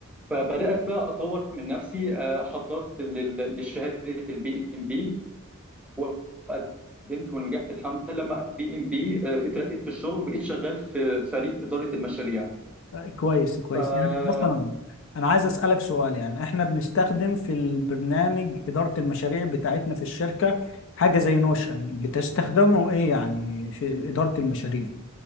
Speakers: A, in the centre; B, on the left.
A: فبدات بقى اطور من نفسي آه، حضرت لل- لشهاده البي ام بي وقدمت ونجحت الحمد لله لما بي ام بي اترقيت في الشغل وبقيت شغال في فريق اداره المشاريع
B: آه، كويس كويس
A: فاحنا
B: يعني مثلا أنا عايز أسألك سؤال يعني إحنا بنستخدم في البرنامج إدارة المشاريع بتاعتنا في الشركة حاجة زي نوشن بتستخدمه إيه يعني في إدارة المشاريع؟